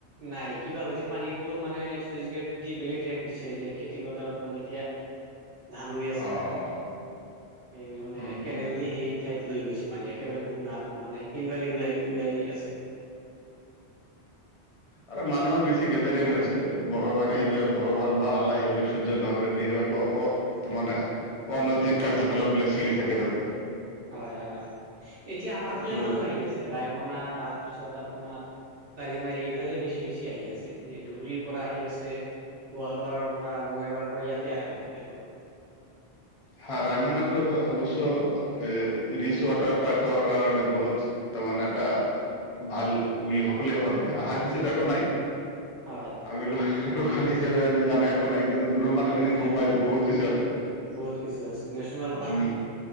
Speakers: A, on the right (about 60°); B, on the left (about 40°).
A: নাই কিবা হৈছে পানীবোৰ মানে চুইচ গেট দি বেলেগ ঠাইত দিছে যে খেতি পথাৰত মানে এতিয়া ধান ৰুই আছে
B: আহ
A: না, সেই মানে
B: হম হম
A: কেনেল
B: হম
A: দি সেই ঠাইত লৈ গৈছে পানী একেবাৰে শুক নাপ মানে শিল বালি ওলাই ওলাই আছে।
B: আৰু মানুহৰ বেছি গেডাৰিং হৈছে ভগৱানে
A: উম
B: সেইবিলাক ভগৱান বা আল্লাহ সেইবিলাক সহ্য নহকৰে বিহাগ
A: উম
B: অ অ মানে অনৈতিক কাৰ্যকলাপ বিলাক চলি থাকে তাতে।
A: হয় হয় এতিয়া আমাৰ
B: সেইটো
A: ফালে মানুহ আহি আছে। ৰায়মনা তাৰপিছত আপোনাৰ বালিমাৰী ইফালে বেছি বেছি আহি আছে। এই ধুবুৰীৰ পৰা আহি আছে, গোৱালপাৰাৰ পৰা বঙাইগাঁৱৰ পৰা ইয়াতে আহে দেখোন।
B: হা ৰায়মনাটো অৱশ্য এ ৰিচ ৱাটাৰ পাৰ্ক কাৰণে বহুত ত মানে এটা ভাল বুলি সকলোৱে ভাবে, অহাৰ পিছত একো নাই।
A: হয়
B: আমি লো লোকেল হিচাপে আমি জানে। নাই কিন্তু দূৰৰ মানুহখিনি
A: একো নাই
B: গম পায় যায় বহুত কিছু আছে।
A: বহুত কিছু আছে নেশ্যনেল
B: উম